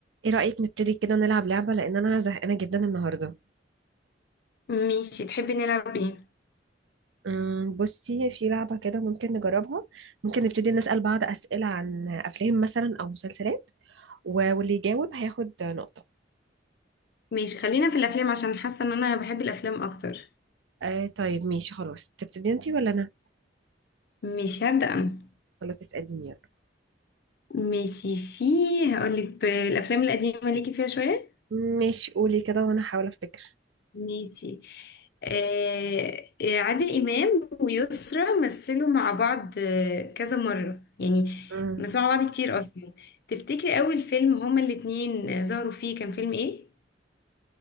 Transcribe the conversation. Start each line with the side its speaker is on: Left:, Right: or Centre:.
Right: ايه رأيك نبتدي كده نلعب لعبة لأن أنا زهقانة جدا النهاردة
Left: ماشي تحبي نلعب ايه
Right: أمم، بصي في لعبة كده ممكن نجربها ممكن نبتدي نسأل بعض أسئلة عن أفلام مثلا أو مسلسلات و- واللي يجاوب هياخد نقطة
Left: ماشي خلينا في الافلام عشان حاسه ان انا بحب الافلام اكتر
Right: آه طيب ماشي خلاص تبتدي انتي ولا أنا؟
Left: ماشي هبدأ انا
Right: خلاص اسأليني يلا
Left: ماشي في هقولك بالافلام القديمه ليكي فيها شويه
Right: أمم، ماشي قولي كده وأنا هحاول أفتكر
Left: ماشي آه آه، عادل امام ويسرا مثلوا مع بعض آه، كذا مره يعني
Right: أمم،
Left: مثلوا مع بعض كتير اصلا تفتكري اول فيلم هما الاتنين آه، ظهروا فيه كان فيلم ايه